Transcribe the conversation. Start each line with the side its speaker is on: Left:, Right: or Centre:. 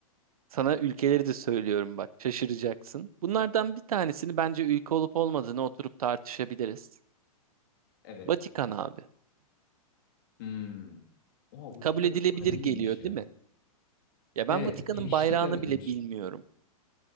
Right: sana ülkeleri de söylüyorum bak şaşıracaksın. Bunlardan bir tanesini bence ülke olup olmadığını oturup tartışabiliriz.
Left: evet.
Right: Vatikan abi.
Left: Hmm. Oha Vatikan
Right: Kabul edilebilir
Left: iki kare
Right: geliyor
Left: miymiş ya?
Right: değil mi? Ya ben
Left: Evet
Right: Vatikan'ın
Left: hiç
Right: bayrağını
Left: dikkat etmemişim.
Right: bile bilmiyorum.